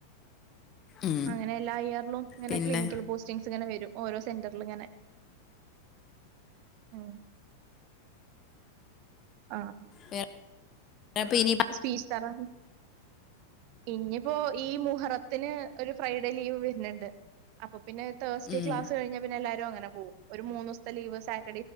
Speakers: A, on the left (about 30°); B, on the right (about 45°).
A: ഉം.
B: അങ്ങനെ എല്ലാ ഇയറിലും ഇങ്ങനെ
A: പിന്നെ
B: ക്ലിനിക്കൽ പോസ്റ്റിംഗസ് ഇങ്ങനെ വരും ഓരോ സെന്ററിലും ഇങ്ങനെ ഉ ആഹ
A: വേറെ അപ്പൊ ഇനി
B: സ്പീച താരാ ഇനിയിപ്പോൊ ഈ മുഹറത്തിന് ഒരു ഫ്രൈഡേ ലീവ് വരുന്നുണ്ട് അപ്പൊ പിന്നെ തേഴസ് ഡേ
A: ഉം
B: ക്ാസ് കഴിഞ്ഞാ പിന്ന എല്ലാരും അങ്ങെ പോക ഒരു മൂന്ന് ദിവസത്തെ ലീ്